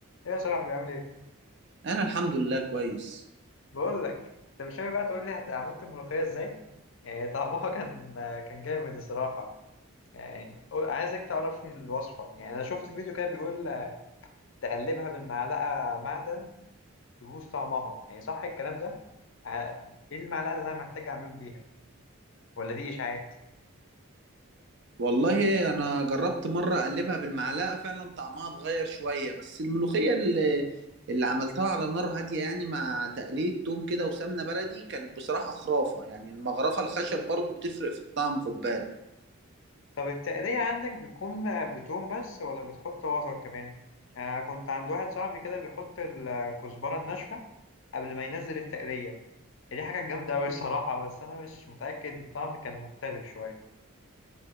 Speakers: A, on the left; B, on the right.
A: يا صاحبي عامل ايه؟
B: انا الحمد لله كويس
A: بقول لك انت مش ناوي بقى تقول لي هت- عملت الملوخية ازاي؟ يعني طعمها <laughs> كان كان جامد الصراحة يعني قول- عايزك تعرفني الوصفة يعني انا شفت فيديو كده بيقول تقلبها بالمعلقة معدن تبوظ طعمها يعني صح الكلام ده؟ ع- ايه المعلقة اللي انا محتاج اعمل بيها؟ ولا دي اشاعات؟
B: والله انا جربت مره اقلبها بالمعلقه فعلا طعمها اتغير شويه بس الملوخيه اللي اللي عملتها على نار هاديه يعني مع تقليه توم كده وسمنه بلدي كانت بصراحه خرافه يعني المغرفه الخشب برضو بتفرق في الطعم خد بالك
A: طب التقلية عندك بتكون بتوم بس ولا بتحط بصل كمان؟ آه كنت عند واحد صاحبي كده بيحط الكزبرة الناشفة قبل ما ينزل التقلية دي حاجة جامدة أوي الصراحة بس أنا مش متأكد الطعم كان مختلف شوية